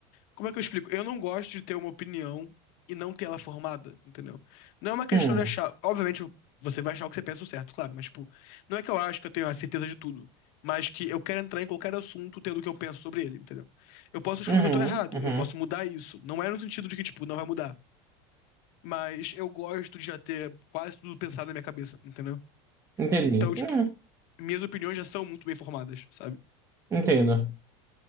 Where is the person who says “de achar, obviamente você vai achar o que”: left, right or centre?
Left